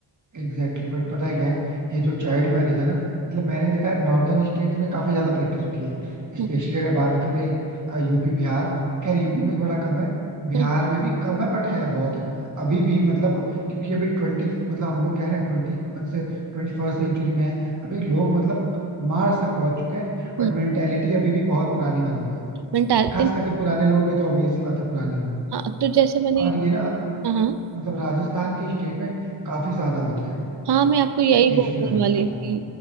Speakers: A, on the right (about 40°); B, on the right (about 55°).
A: exactly exactly. बट पता है क्या है ये जो चाइल्ड मैरिज है ना मतलब मैंने देखा है नॉर्दर्न स्टेट्स में काफी ज्यादा प्रैक्टिस होती है स्पेशली
B: हम्म
A: अगर बात करें यूपी बिहार खैर यूपी में थोड़ा कम है बिहार
B: हम्म
A: में भी कम है बट है बहुत है अभी भी मतलब क्योंकि अभी ट्वेंटी मतलब हम लोग क्या है ना ट्वेंटी वन से ट्वेंटी फर्स्ट सेंचुरी में है अभी लोग मतलब मार्स तक पहुंच चुके हैं बट
B: हम्म
A: मेंटेलिटी अभी भी बहुत पुरानी वाली है
B: मेंटाल
A: खास करके पुराने लोगों की तो ऑब्वियस सी बात है पुरानी है
B: हाँ तो जैसे मैंने
A: और ये ना
B: हाँ हाँ
A: मतलब राजस्थान के स्टेट में काफी ज्यादा होता है
B: हाँ, मैं आपको यही
A: स्पेशली
B: बोलने
A: राजस्थान
B: वाली थी
A: में